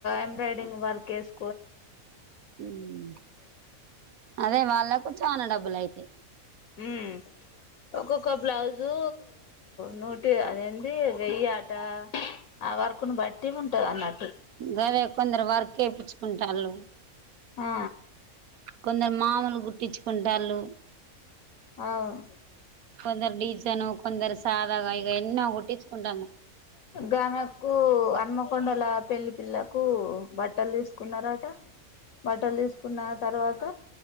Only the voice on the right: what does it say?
ఉమ్ అదే వాళ్ళకు చానా డబ్బులయితయి
గదే కొందరు వర్క్ ఏపించుకుంటాళ్ళు
కొందరు మామూలుగ గుట్టించుకుంటళ్ళు
కొందరు డిజైను కొందరు సాధగా ఇగ ఎన్నో గుట్టించుకుంటాళ్ళు